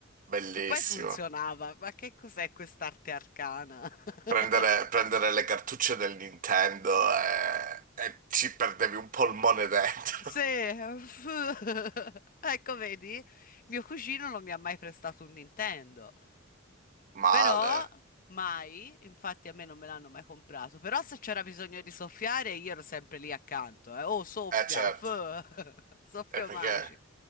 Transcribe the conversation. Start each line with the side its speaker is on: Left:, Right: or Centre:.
Right: Bellissimo.
Left: E poi funzionava. Ma che cos'è quest'arte arcana? <laughs>
Right: Prendere, prendere le cartucce del Nintendo e, e ci perdevi un polmone dentro.
Left: Sì, <laughs> ecco, vedi, mio cugino non mi ha mai prestato un Nintendo,
Right: <laughs>
Left: però
Right: Male.
Left: mai, infatti a me non me l'hanno mai comprato, però se c'era bisogno di soffiare io ero sempre lì accanto, eh. Oh, soffia,
Right: Eh certo,
Left: f- <laughs> soffio
Right: è perché
Left: magico.